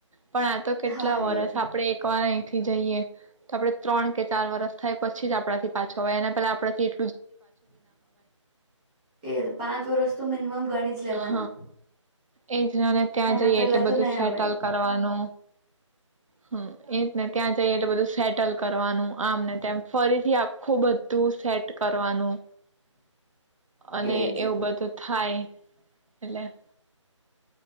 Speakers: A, on the right (about 80°); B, in the centre.
A: પણ આ તો કેટલા
B: હા,
A: વરસ
B: એજ.
A: આપડે એક વાર અહીંથી જઈએ તો આપડે ત્રણ કે ચાર વરસ થાય પછી જ આપડાથી પાછો અવાય એને પેલા આપણા થી
B: એ પાંચ વર્ષ તો મિનિમમ ગણી જ લેવાના.
A: હ, એ જ નાને ત્યાં
B: એના
A: જઈએ
B: પહેલા
A: એટલે બધું
B: તો નહીં
A: સેટલ
B: અવાય.
A: કરવાનું હ એ જ ત્યાં એટલે બધું સેટલ કરવાનું આમ ને તેમ, ફરીથી આખું બધું તું સેટ કરવાનું. અને
B: એજ.
A: એવું બધું થાય. એટલે.